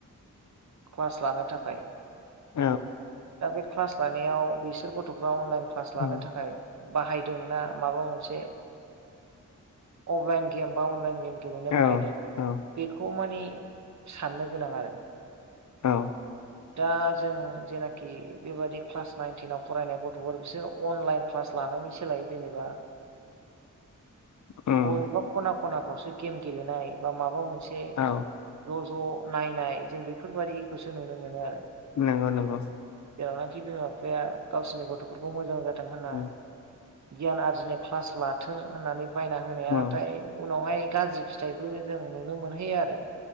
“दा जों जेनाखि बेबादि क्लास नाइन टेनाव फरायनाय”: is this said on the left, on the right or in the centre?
Right